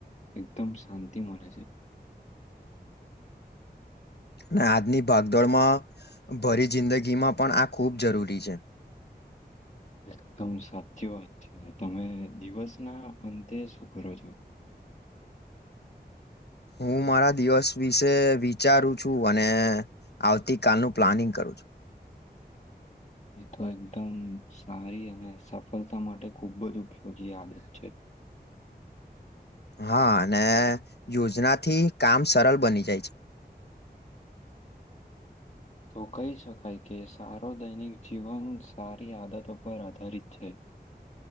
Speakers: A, on the left; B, on the left.
A: એકદમ શાંતિ મળે છે
B: અને આજની ભાગદોડમાં ભરી જિંદગીમાં પણ આ ખૂબ જરૂરી છે
A: એકદમ સાચી વાત છે તમે દિવસ ના અંતે શું કરો છો
B: હું મારા દિવસ વિશે વિચારું છું અને આવતી કલનું પ્લાનિંગ કરું છ બ?
A: એ તો એકદમ સારી અને સફળતા માટે ખૂબ જ ઉપયોગી આદત છે <inaudible>
B: હા અને યોજનાથી કામ સરળ બની જાય છે
A: <inaudible> તો કહી શકાય કે સારો દૈનિક જીવન સારી આદતો પર આધારિત છે.